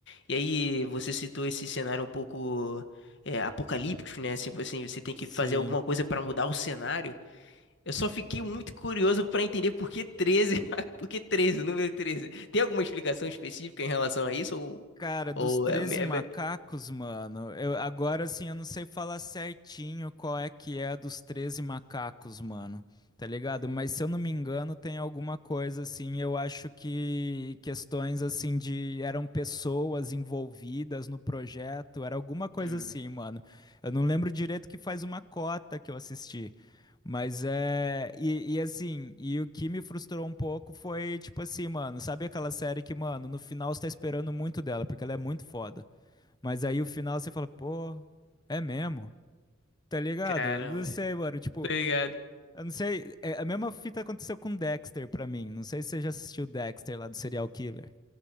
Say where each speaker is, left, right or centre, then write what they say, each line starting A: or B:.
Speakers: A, on the left (about 60°); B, on the left (about 20°).
A: E aí, você citou esse cenário um pouco é, apocalíptico, né? Assim, tipo assim, você tem que
B: se
A: fazer alguma coisa pra mudar o cenário. Eu só fiquei muito curioso para entender por que 13, <laughs> por que 13, o número 13. Tem alguma explicação específica em relação a isso? Ou,
B: Cara, dos
A: ou
B: treze
A: é, me- é,
B: macacos,
A: me-
B: mano, eu, agora assim eu não sei falar certinho qual é que é a dos treze macacos, mano, tá ligado? Mas se eu não me engano, tem alguma coisa assim, eu acho que questões assim de eram pessoas envolvidas no projeto, era alguma coisa
A: Hum,
B: assim, mano. Eu não lembro direito que faz uma cota que eu assisti. Mas é. E, e assim, e o que me frustrou um pouco foi, tipo assim, mano, sabe aquela série que, mano, no final você tá esperando muito dela, porque ela é muito foda. Mas aí o final você fala, pô, é mesmo? Tá ligado?
A: caramba,
B: Eu Não
A: velho.
B: sei, mano. Tipo,
A: obrigado.
B: eu não sei. é- a mesma fita aconteceu com Dexter pra mim. Não sei se você já assistiu Dexter lá do Serial Killer.